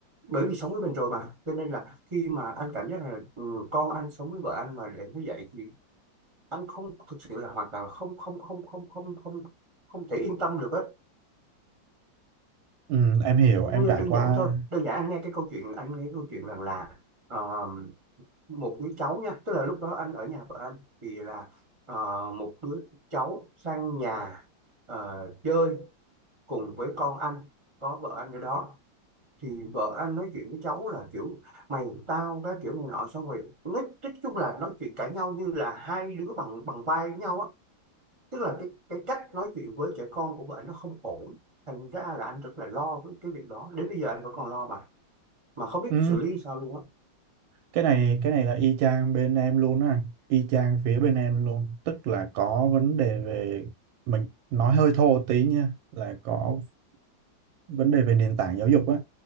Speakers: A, on the right; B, on the right.
A: bởi vì sống với mình rồi mà cho nên là khi mà anh cảm giác là ừ, con anh sống với vợ anh mà để nó dạy thì anh không thực sự là hoàn toàn là không không không không không không không thể yên tâm được á
B: ừ, em hiểu
A: như
B: em trải
A: đơn
B: qua
A: giản thôi đơn giản anh nghe cái câu chuyện anh nghe câu chuyện rằng là ờ, một đứa cháu nha tức là lúc đó anh ở nhà vợ anh thì là ờ, một đứa cháu sang nhà ờ, chơi cùng với con anh có vợ anh ở đó thì vợ anh nói chuyện với cháu là kiểu mày tao cái kiểu này nọ xong rồi nói nói chung là nói chuyện cãi nhau như là hai đứa bằng bằng vai với nhau á tức là cái cái cách nói chuyện với trẻ con của vợ anh nó không ổn thành ra là anh rất là lo với cái việc đó đến bây giờ anh vẫn còn lo mà mà không biết
B: ừ,
A: xử lý sao luôn á
B: cái này cái này là y chang bên em luôn á anh y chang phía bên em luôn tức là có vấn đề về mình nói hơi thô tí nha là có vấn đề về nền tảng giáo dục á